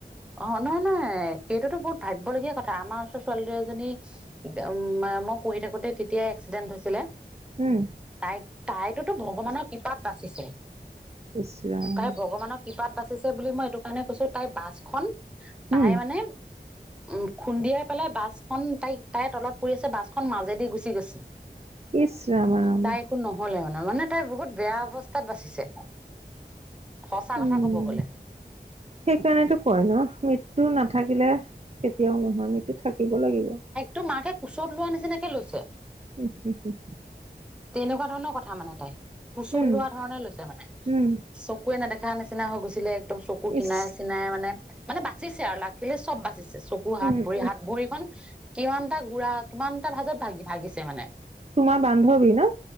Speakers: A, in the centre; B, on the right.
A: অ', নহয় নহয়। সেইটোতো বহুত ভাবিবলগীয়া কথা। আমাৰ ওচৰত ছোৱালী দু এজনী উম মা-মই পঢ়ি থাকোতে তেতিয়াই এক্সিডেণ্ট হৈছিলে।
B: উম।
A: তাইক তাইতোতো ভগৱানৰ কৃপাত বাচিছে।
B: ইছ ৰাম,
A: তাই ভগৱানক কৃপাত বাচিছে বুলি মই এইটো কাৰণে কৈছো তাই বাছখন
B: উম।
A: তাই মানে উম খুন্দিয়াই পেলাই বাছখন তাইক তাইৰ তলত পৰি আছে। বাছখন মাজেদি গুচি গৈছে।
B: ইছ ৰাম ৰাম,
A: তাই একো নহ'লে মানে। মানে তাই বহুত বেয়া অৱস্থাত বাচিছে। সঁচা
B: উম।
A: কথা কব গ'লে
B: সেইকাৰণেতো কয় ন মৃত্যু নাথাকিলে কেতিয়াও নহয়, আমিতো থাকিব লাগিব।
A: তোৰ মাকে কোচত লোৱা নিচিনাকে লৈছে।
B: উঃ ওহোঁ
A: তেনেকুৱা ধৰণৰ কথা মানে তাই। কোচত
B: উম,
A: লোৱা ধৰণে লৈছে মানে।
B: উম,
A: চুকুৱে নেদেখা নিচিনা হৈ গৈছিলে। একদম চকু
B: ইছ
A: কিনাই চিনাই মানে মানে বাচিছে আৰু লাকিলি চব বাচি। চিছে, চকু, হাত-ভৰি,
B: উম, উম,
A: হাত ভৰিখন কিমানটা গুড়া কিমানটা ভাঁজত ভাগিছে মানে।
B: তোমাৰ বান্ধৱী ন?